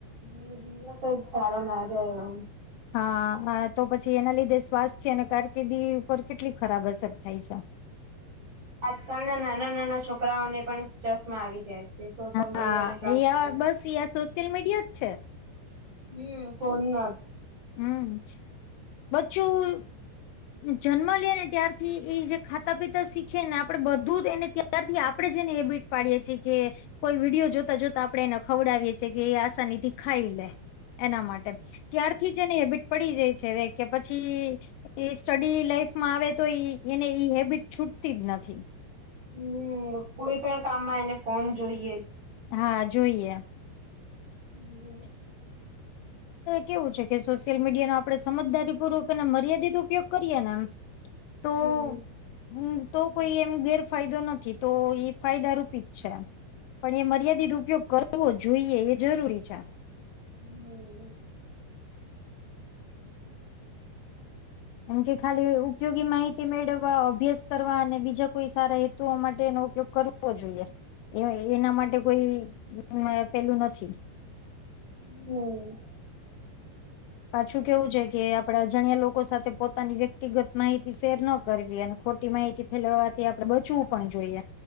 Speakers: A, on the right; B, on the left.
A: મી તો સારો ના જાય એ એમ.
B: હા તો પછી એના લીધે સ્વાસ્થ્ય અને કારકિર્દી પર કેટલી ખરાબ અસર થાય છે.
A: આજકાલ ના નાના નાના છોકરાઓને પણ ચશ્મા આવી જાય છે સોશિયલ
B: હા
A: મીડિયા ના કારણે.
B: હા બસ સોશિયલ મીડિયા જ છે.
A: હમ કોનના
B: હમ બચ્ચું. જન્મ લે ને ત્યારથી એ જે ખાતા પીતા શીખે ને આપડે બધું જ એને ત્યારથી આપડણે જેને હેબિટ પાડીએ છીએ કે કોઈ વિડીિયો જોતા જોતા આપડે એને ખવડાવીએ છીએ કે એ આસાની થી ખાઈ લે એના માટે ત્યારથી જ એને હેબિટ પડી જાય છે કે પછી. એ સ્ટડી લાઈફ માં આવે તો એને ઈ હેબિટ છૂટતી જ નથી.
A: હમ કોઈ પણ કામમાં એને ફોન જોઈએ જ
B: હા જોઈએ
A: હમ
B: કેવું છે કે સોશિયલ મીડિયા નો આપડે સમજદારી પૂર્વક અને મર્યાદિત ઉપયોગ કરીએ ને એમ તો
A: હમ
B: હમ તો કોઈ એમ ગેરફાયદો નથી તો એ ફાયદાારૂપિત છે. પણ એ મર્યાદિત ઉપયોગ કરવો જોઈએ એ જરૂરી છે.
A: હમ
B: એમ કે ખાલી ઉપયોગી માહિતી મેળવવા અભ્યાસ કરવા અને બીજા કોઈ સારા હેતુઓ માટેનો ઉપયોગ કરો. જોઈએ એ એના માટે કોઈ પેલું નથી
A: હમ
B: પાછું કેવું છે કે આપડાે અજાણ્યા લોકો સાથે પોતાની વ્યક્તિગત માહિતી શેર ન કરવી અને ખોટી માહિતી ફેલાવવાથી આપડે બચવું પણ જોઈએ